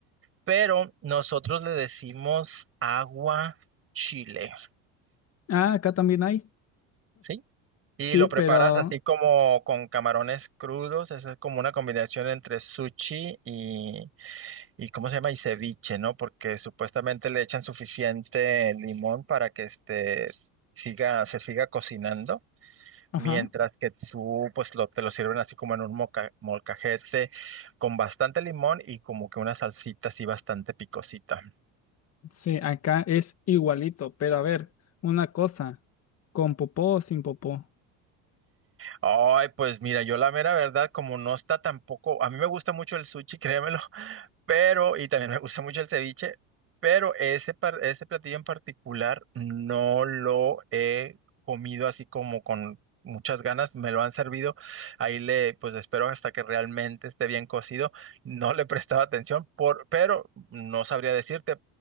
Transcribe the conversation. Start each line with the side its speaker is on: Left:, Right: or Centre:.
Right: Pero nosotros le decimos agua chile,
Left: Ah, acá también hay.
Right: ¿sí? Y
Left: Sí,
Right: lo
Left: pero,
Right: preparas así como con camarones crudos, esa es como una combinación entre sushi y ¿Y cómo se llama? Y ceviche, ¿no? Porque supuestamente le echan suficiente limón para que este siga, se siga cocinando,
Left: ajá,
Right: mientras que tú pues lo, te lo sirven así como en un moca- molcajete con bastante limón y como que una salsita así bastante picosita.
Left: sí, acá es igualito. Pero a ver, una cosa, ¿con popó o sin popó?
Right: Ay, pues mira, yo la mera verdad, como no está tampoco, a mí me gusta mucho el sushi, créemelo, <laughs> pero, y también me gusta mucho el ceviche, pero ese, par- ese platillo en particular no lo he comido así como con muchas ganas, me lo han servido, ahí le, pues espero hasta que realmente esté bien cocido, no le he prestado atención, por, pero no sabría decirte,